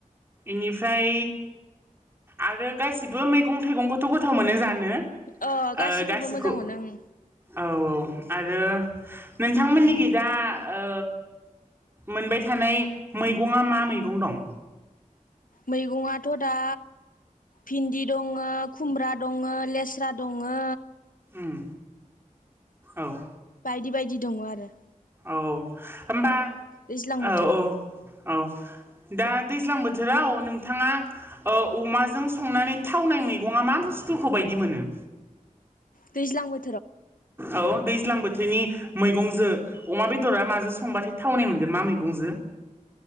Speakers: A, on the right (about 15°); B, on the left (about 85°).
A: बेनिफ्राय आरो गासिबो मैगं थाइगंखौथ' गोथाव मोनो जा नो
B: अ गासिखौबो
A: ओ गासिखौ
B: मोजां मोनो ओं
A: औ औ आरो नोंथांमोननिखि
B: उम
A: दा ओ मोनबाय थानाय मैगंआ मा मैगं दं?
B: मैगंआथ' दा भिन्दि दङो, खुमब्रा दङो, लेस्रा दङो
A: उम औ ।
B: बायदि बायदि दङ आरो ।
A: औ होमबा
B: दैज्लां बोथोराव
A: औ औ औ दा दैज्लां बोथोराव नोंथाङा ओ अमाजों संनानै थावनाय मैगङा मा बुस्थुखौ बाय दि मोनो?
B: दैज्लां बो
A: औ दैज्लां बोथोरनि मैगंजो अमा बेदरा माजो संबाथाय थावनाय मोनगोन मा मैगंजो?